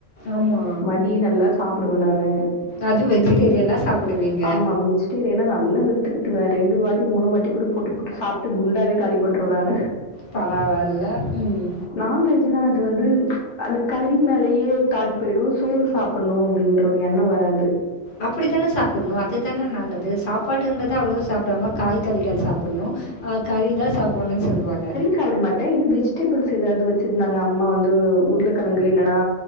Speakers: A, on the left; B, on the left.
A: ஆமா.
B: மதிய நல்லா சாப்புடுவே நானு
A: அதுவும் வெஜிடேரியனா
B: பீ
A: சாப்பிடுவீங்க.
B: ஆம்மா வெ ஜ்டேரியன்னா நல்லா வெளுத்து கட்டுவே ரெண்டு வாட்டி மூணு வாட்டி கூட போட்டு போட்டு சாப்ட்டு குண்டாவே காலி பண்றுவே நானு
A: பரவால்ல ம்
B: நான்வெஜ்னா அது வந்து அந்த கறி மேலேயே தாட் போயிடு சோறு சாப் பன்னு அப்டின்ற ஒரு எண்ணோ வராது
A: அப்டிதான சாப்புண்ணு அதுதான நல்லது சாப்பாடுன்றத அவ்ளோ சாப்டாம காய் கறிகள் சாப்புட்ணு அ கறி தா சாப்புன்னு சொல்வாங்க
B: சாப்டமாட்ட இது வெஜிடபுள்ஸ் ஏதாவது வச் சிருந்தாங்க அம்மா வந்து உருளக்கெழங்கு இல்லனா